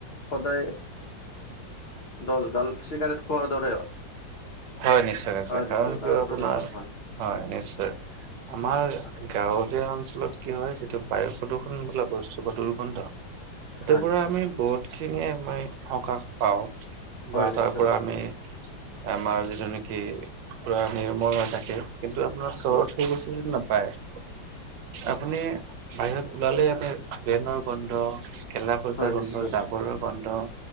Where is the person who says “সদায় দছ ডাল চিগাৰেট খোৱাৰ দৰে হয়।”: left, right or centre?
Left